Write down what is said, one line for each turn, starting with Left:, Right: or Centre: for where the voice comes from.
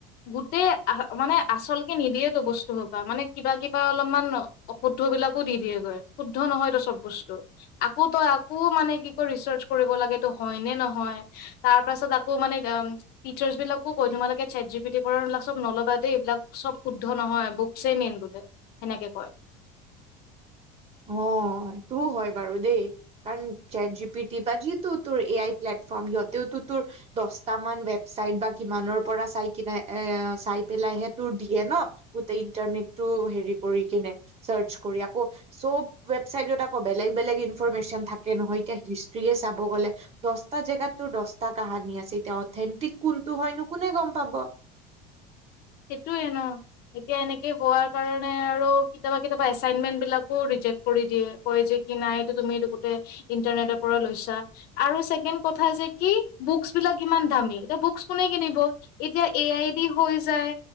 Left: গোটেই আহ মানে আচলকে নিদিয়েতো বস্তু সোপা মানে কিবা কিবা অলপমান অশুদ্ধ বিলাকো দি দিয়েগৈ শুদ্ধ নহয়তো চব বস্তু। আকৌ তই আকৌ মানে কি কয় ৰিচাৰ্চ কৰিব লাগে সেইটো হয় নে নহয়। তাৰ পাছত আকৌ মানে অম টিচাৰ্চবিলাকো কয় তোমালোকে চেটজিপিটিৰ পৰা এইবিলাক চব নল'বা দেই এইবিলাক চব শুদ্ধ নহয়। ব চে মেইন বোলে সেনেকে কয়।
Right: অ', এইটোও হয় বাৰু দেই। কাৰণ চেটজিপিটি বা যিটো তোৰ এ আই প্লেটফৰ্ম সিহঁতেওতো তোৰ দছটামান ৱেবচাইট বা কিমানৰ পৰা চাই কিনে এ, চাই পেলাইহে তোৰ দিয়ে ন'। গোটেই ইণ্টাৰনেটটো হেৰি কৰি কেনে চাৰ্চ কৰি, আকৌ চব ৱেবচাইটত আকৌ বেলেগ বেলেগ ইনফৰমেচন থাকে নহয়, এতিয়া হিষ্ট্ৰিয়ে চাব গ'লে দছটা জেগাত তোৰ দছটা কাহানী আছে এতিয়া অথেণ্টিক কোনটো হয়নো কোনে গম পাব।
Left: সেইটোৱে ন'। এতিয়া এনেকে হোৱাৰ কাৰণে আৰু কেতিয়াবা কেতিয়াবা এচাইনমেন্টবিলাকো ৰিজেক্ট কৰি দিয়ে। কয় যে কি নাই এইটো তুমি এইটো গোটেই ইন্টাৰনেটৰ পৰা লৈছা। আৰু ছেকেণ্ড কথা যে কি বুকছবিলাক ইমান দামী, এতিয়া বুকছ কোনে কিনিব। এতিয়া এ আই দি হৈ যায়।